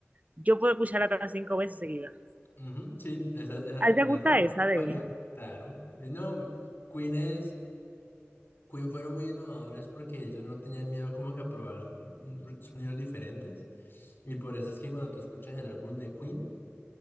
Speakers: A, on the right; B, on the left.
A: yo puedo escucharla hasta cinco veces seguidas.
B: ujú, Sí, esa, esa
A: ¿A
B: también
A: ti te gusta
B: es rock.
A: esa de
B: ¿Para qué?
A: él?
B: Claro. Eh, No, hombre, Queen es... Queen fueron muy innovadores porque ellos no tenían miedo como que a probar mm, sonidos diferentes. Y por eso es que cuando tú escuchas el álbum de Queen,